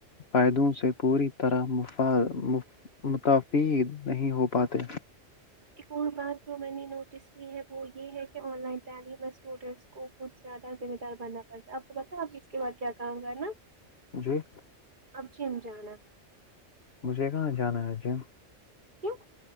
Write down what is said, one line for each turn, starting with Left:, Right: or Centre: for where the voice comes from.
Left: فائدوں سے پوری طرح مفاد متفق نہیں ہو پاتے
Right: ایک اور بات جو میں نے نوٹس کی ہے وہ یہ ہے کہ آن لائن تعلیم میں سٹوڈنٹس کو کچھ زیادہ ذمہ دار بننا پڑتا آپ کو پتا اب اس کے بعد کیا کام کرنا
Left: مجھے
Right: آپ جم جانا
Left: مجھے کہاں جانا ہے آج جم
Right: کیوں